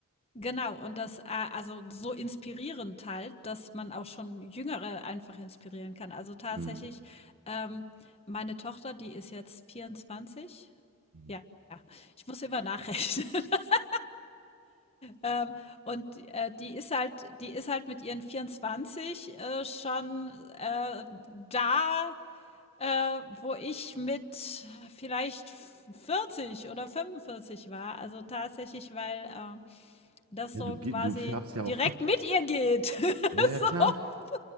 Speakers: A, on the left (about 25°); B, on the right (about 80°).
A: Genau, und das, ah, also so inspirierend halt, dass man auch schon Jüngere einfach inspirieren kann. Also tatsächlich,
B: Mhm.
A: ähm, meine Tochter, die ist jetzt 24.
B: Mhm.
A: Ja, ich muss immer nachrechnen. <laughs> Ähm, und äh, die ist halt, die ist halt mit ihren 24 äh, schon äh, da Äh, wo ich mit vielleicht 40 oder 45 war. Also tatsächlich, weil, ähm, das
B: Ja,
A: so
B: du,
A: quasi
B: ge- du färbst ja
A: direkt
B: auch ab.
A: mit ihr geht. <laughs>
B: Ja, ja,
A: So.
B: klar.